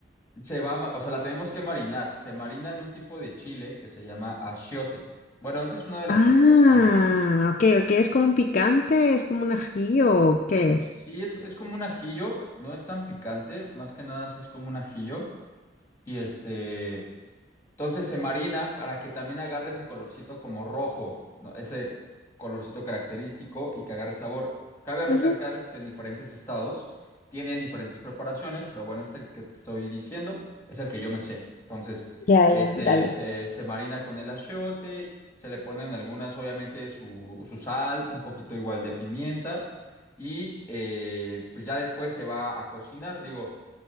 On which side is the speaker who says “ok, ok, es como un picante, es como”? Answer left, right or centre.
Left